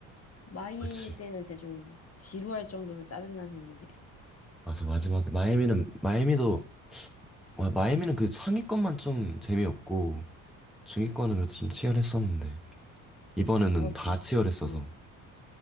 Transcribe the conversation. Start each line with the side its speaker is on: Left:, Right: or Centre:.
Left: 마이애미
Centre: 그치.
Left: 때는 제가 좀 지루할 정도로 짜증나는데. <laughs>
Centre: 맞아. 마지막에 마이애미는 마이애미도 와, 마이애미는 그 상위권만 좀 재미없고 중위권은 그래도 좀 치열했었는데 이번에는
Left: 어,
Centre: 다
Left: 뭐,
Centre: 치열했어서
Left: 뭐,